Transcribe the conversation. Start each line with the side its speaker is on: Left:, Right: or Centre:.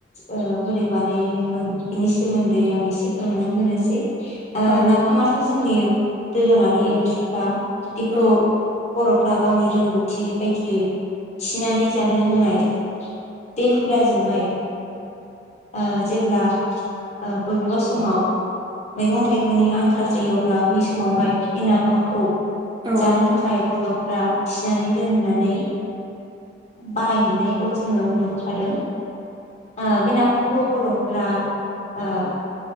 Left: ओ बोरै बानायोमोन बिनि सोमोन्दै आं एसे फोरमायना होनोसै। ओ
Right: औ
Left: नाफामाथ' जोंनि दोरोङारि ओंख्रिखा बिखौ
Right: औ
Left: बर'फ्रा गावनि रोंगौथि बायदियै थिनानै जानो रोंनाय बे हुदाजोंहाय ओ जेब्ला ओ बबेबा समाव मैगं थाइगंनि आंखाल जायो अब्ला बै समावहाय बि नाफामखौ
Right: औ
Left: जानो थाखाय बर'फ्रा थिनानै दोननानै बाहायहैनायखौ जोङो नुबोखादों ओ बे नाफामखौ बर'फोरा ओ